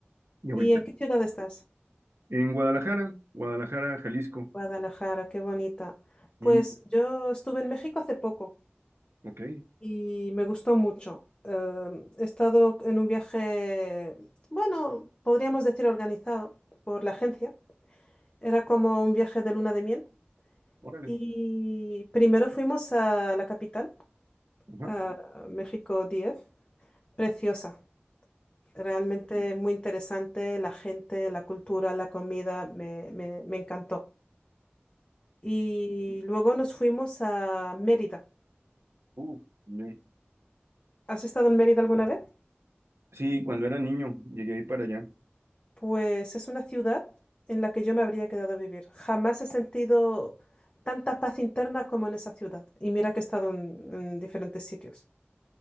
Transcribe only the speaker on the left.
¿Y en qué ciudad estás?
Guadalajara, qué bonita.
Pues yo estuve en México hace poco
y me gustó mucho. Eh, he estado en un viaje, bueno, podríamos decir organizado por la agencia. Era como un viaje de luna de miel.
Y primero fuimos a la capital,
a México DF, preciosa. Realmente muy interesante, la gente, la cultura, la comida, me, me, me encantó. Y luego nos fuimos a Mérida.
¿Has estado en Mérida alguna vez?
Pues es una ciudad en la que yo me habría quedado a vivir. Jamás he sentido tanta paz interna como en esa ciudad. Y mira que he estado en, en diferentes sitios.